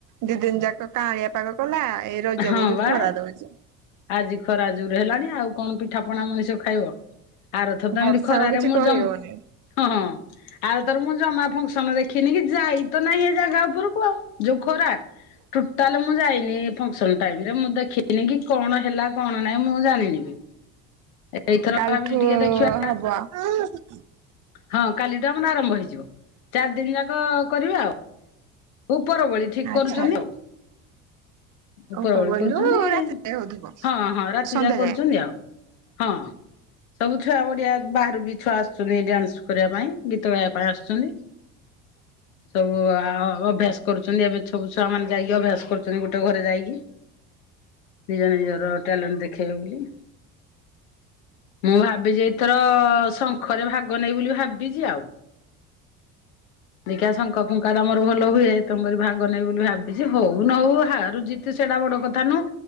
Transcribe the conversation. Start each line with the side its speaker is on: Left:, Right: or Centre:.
Right: ଦି ଦିନ ଯାକ କାଳିଆ ପାଗ କଲା ଏଇ ରଜ
Left: ହଁ
Right: ବେଳକୁ
Left: ବା
Right: ଖରା ଦଉଛି।
Left: ଆଜି ଖରାଜୋରେ ହେଲାଣି ଆଉ କଣ ପିଠାପଣା ମଣିଷ ଖାଇବ। ଆରଥର ଏମିତି
Right: ବର୍ଷାକୁ
Left: ଖରାରେ
Right: କିଛି
Left: ମୁଁ
Right: କହିହଉନି
Left: ଜମା ହଁ ହଁ ଆରଥୋର ମୁଁ ଜମା ଫଙ୍କସନ ଦେଖି ଯାଇ ତ ନାହିଁ ଏ ଜାଗା ଉପରକୁ ଆଉ ଯୋଉ ଖରା ଟୁଟା। ତାଲେ ମୁଁ ଯାଇନି ଫଙ୍କସନ ଟାଇମ ରେ ମୁଁ ଦେଖିନି କି କଣ ହେଲା କଣ ନାହିଁ ମୁଁ ଜାଣିନି ବି। ଏଇଥର
Right: କାଲିଠୁ
Left: ଭାବିଲି ଟିକେ ଦେଖିବା।
Right: <unintelligible>
Left: ହଁ କାଲି ଟୁ ଆମର ଆରମ୍ଭ ହେଇଯିବ ଚାରି ଦିନ ଯାକ କରିବେ ଆଉ। ଉପର ବୋଳି ଠିକ
Right: ଆଚ୍ଛା।
Left: କରୁଛନ୍ତି ଆଉ। ଉପର
Right: ଉପରବେଳୁ
Left: ବୋଳି କରୁଛନ୍ତି
Right: ରାତି ଯାଏ ହଉଥିବ
Left: ହଁ ହଁ ରାତି
Right: ସନ୍ଧ୍ୟା
Left: ଯାକ କରୁଛନ୍ତି
Right: ଯାଏ
Left: ଆଉ। ହଁ ସବୁ ଛୁଆ ବଢିଆ ବାହାରୁ ବି ଛୁଆ ଆସୁଛନ୍ତି ଡ୍ୟାନ୍ସ କରିବା ପାଇଁ ଗୀତ ଗାଇବା ପାଇଁ ଆସୁଛନ୍ତି। ସବୁ ଅଭ୍ୟାସ କରୁଛନ୍ତି ଏବେ ସବୁ ଛୁଆ ମାନେ। ଯାଇକି ଅଭ୍ୟାସ କରୁଛନ୍ତି ଗୋଟେ ଘରେ ଯାଇକି। ନିଜ ନିଜର ଟ୍ୟାଲେଣ୍ଟ ଦେଖେଇବେ ବୋଲି। ମୁଁ ଭାବିଛି ଏଇଥର ଶଙ୍ଖରେ ଭାଗ ନେଇ ବୋଲି ଭାବିଛି ଆଉ। ଦେଖିଆ ଶଙ୍ଖ ଫୁଙ୍କା ଟାମୋର ଭଲ ହୁଏ ତମରି ଭାଗ ନାହିଁ ବୋଲି ଭାବିଛି ହଉ ନ ହଉ ହାରୁ ଜିତୁ ସେଟା ବଡ କଥା ନୁହଁ।